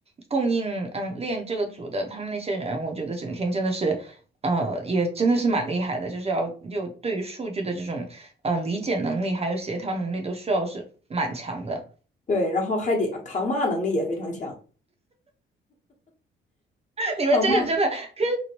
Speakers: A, on the right; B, on the left.
A: 供应嗯链这个组的他们那些人，我觉得整天真的是。呃，也真的是蛮厉害的，就是要有对于数据的这种呃理解能力，还有协调能力，都需要是蛮强的。
B: 对，然后还得扛骂能力也非常强。
A: 你们这个真的，
B: 扛骂，
A: 可是